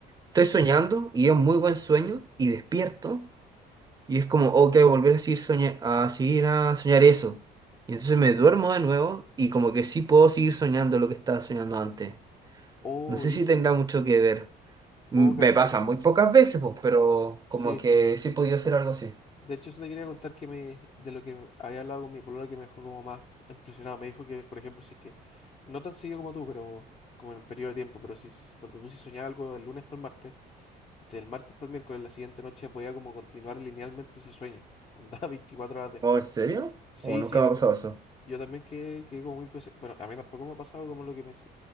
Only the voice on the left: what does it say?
Oh,
rígido.
Oh, cacha
que.
Sí.
De hecho, eso te quería contar que me, de lo que había hablado con mi polola que me dejó como más impresionado. Me dijo que, por ejemplo, si es que, no tan seguido como tú, pero como en un periodo de tiempo, pero si, s- ponte tú, si soñaba algo del lunes para el martes, del martes para el miércoles, la siguiente noche podía como continuar linealmente ese sueño. Onda <laughs> 24 horas después.
Sí,
sí, yo
también.
Yo también quedé, quedé como muy impresionado. Bueno, a mí tampoco me ha pasado como lo que me, decí-